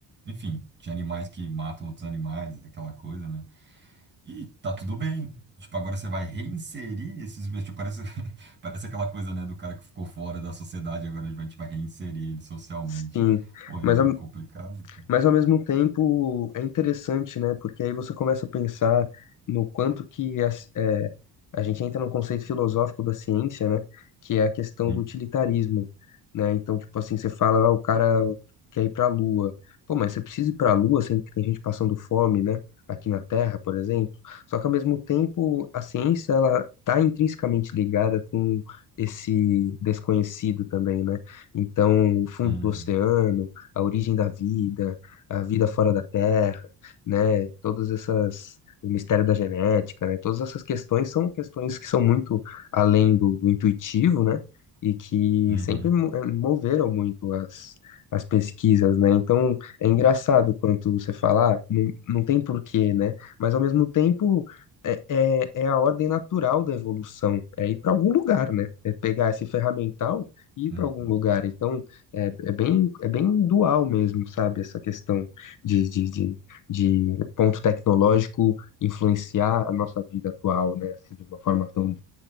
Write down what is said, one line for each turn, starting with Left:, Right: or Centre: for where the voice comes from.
Right: enfim, de animais que matam outros animais, aquela coisa, né? E tá tudo bem. Tipo, agora você vai reinserir esses bichos. Tipo, parece, <laughs> parece aquela coisa, né, do cara que ficou fora da sociedade, agora a gente vai tipo, reinserir ele socialmente.
Left: Sim,
Right: Pô,
Left: mas
Right: é meio
Left: ao
Right: complicado, assim.
Left: Mas ao mesmo tempo é interessante, né? Porque aí você começa a pensar no quanto que a, é, a gente entra no conceito filosófico da ciência, né? Que é a questão
Right: Hum,
Left: do utilitarismo, né? Então, tipo assim, você fala, ah, o cara quer ir pra Lua. Pô, mas você precisa ir pra Lua sendo que tem gente passando fome, né? Aqui na Terra, por exemplo. Só que ao mesmo tempo, a ciência, ela tá intrinsecamente ligada com esse desconhecido também, né? Então, o fundo
Right: hum,
Left: do oceano, a origem da vida a vida fora da Terra, né? Todas essas, o mistério da genética, né? Todas essas questões são questões que são muito além do, do intuitivo, né? E que
Right: uhum,
Left: sempre mo- eh, moveram muito as, as pesquisas, né? Então é engraçado quando você fala, ah, não, não tem porquê, né? Mas ao mesmo tempo é, é, é a ordem natural da evolução, é ir para algum lugar, né? É pegar esse ferramental e ir
Right: uhum.
Left: para algum lugar. Então é, é bem, é bem dual mesmo, sabe? Essa questão de, de, de, de ponto tecnológico influenciar a nossa vida atual, né? Assim, de uma forma tão,